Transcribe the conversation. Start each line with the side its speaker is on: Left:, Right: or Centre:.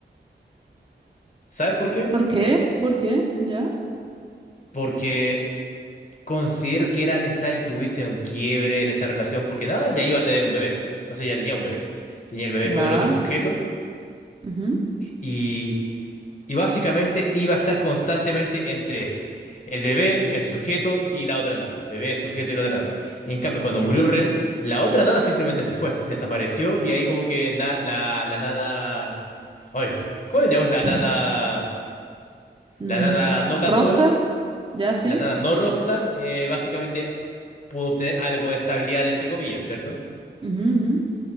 Left: ¿Sabes por qué?
Right: ¿Por qué? ¿Por qué? ¿Ya?
Left: porque considero que era necesario que hubiese un quiebre en esa relación porque nada, ya iba a tener un bebé. O sea, ya tenía un bebé. Tenía el bebé
Right: ¿Ya?
Left: con el otro sujeto
Right: ujú.
Left: y, y básicamente iba a estar constantemente entre el bebé, el sujeto y la otra nana. Bebé, sujeto y la otra nana. Y en cambio, cuando murió Ren, la otra nana simplemente se fue, desapareció y ahí como que na- la, la nana... Ay, ¿cómo le llamamos la
Right: <clears throat>
Left: nana?
Right: Mm,
Left: La nana no
Right: ¿Rockstar?
Left: cantora.
Right: ¿Ya sí?
Left: la nada no Rockstar, eh, básicamente pudo obtener algo de estabilidad, entre comillas, ¿cierto?
Right: Ujú, ujú.